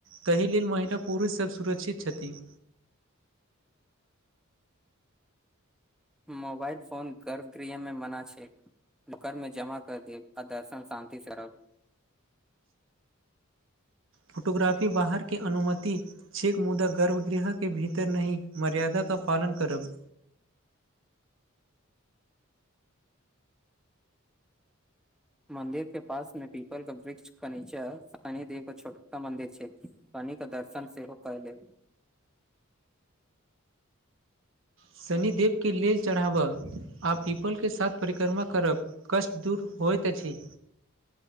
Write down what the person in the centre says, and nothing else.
मोबाइल फोन गर्भगृहमे मना छै। बकर में जमा कर देब आ दर्शन शान्तति से करब।
मंन्दिर के पास मे भी <unintelligible> वृक्ष कऽ नीच सनि देव छोटका मंन्दिर छै ह। कनि के दर्शन सेहो क लेब।